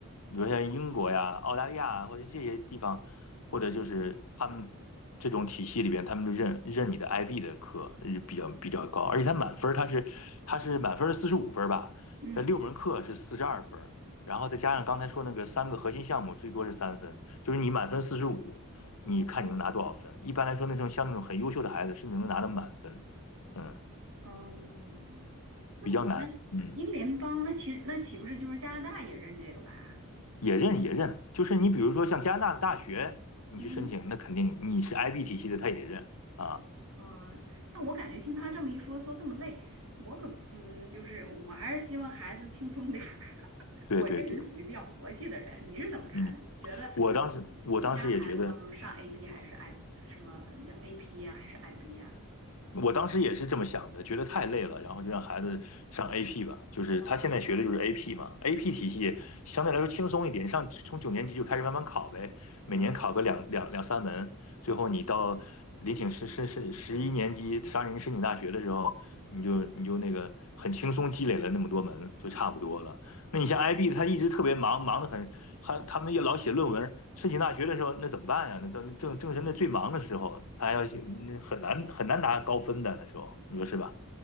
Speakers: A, on the left; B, on the right.
A: 比如像英国呀、澳大利亚啊或者这些地方，或者就是他们这种体系里边，他们就认认你的 IB 的课是比较比较高，而且它满分儿它是它是满分四十五分儿吧，
B: 嗯
A: 这六门课是四十二分儿，然后再加上刚才说那个三个核心项目，最多是三分，就是你满分四十五，你看你能拿多少分？
B: 哦，
A: 一般来说，那种像那种很优秀的孩子，甚至能拿到满分，嗯，
B: 哦，那好像英联邦，
A: 比较难，嗯。
B: 那其那岂不是就是加拿大也认这个吧？
A: 也认也认，就是你比如说像加拿大的大学，你去申请，
B: 嗯。
A: 那肯定你是 IB 体系的，他也认啊。
B: 嗯，但我感觉听他这么一说，说这么累，我可嗯，就是我还是希望孩子轻松点儿。<laughs>
A: 对对对，
B: 我这个人属于比较佛系的人，你是怎么看的？
A: 嗯，
B: 你觉得
A: 我当时我当时也觉得，
B: 你们家孩子到时候上 AB 还是 I 什么叫 AP 呀、还是 IB 呀、
A: 我当时也是这么想的，觉得太累了，然后就让孩子上 AP 吧，就是他现在学的就是
B: 哦，
A: AP 嘛，AP 体系相对来说轻松一点，上从九年级就开始慢慢考呗，每年考个两两两三门，
B: 嗯。
A: 最后你到临请十十十十一年级上人申请大学的时候，你就你就那个很轻松积累了那么多门，就差不多了。那你像 IB，他一直特别忙，忙得很，还他们也老写论文。申请大学的时候，那怎么办呀？那都正正是那最忙的时候，他要写，那很难很难拿高分的那时候，你说是吧？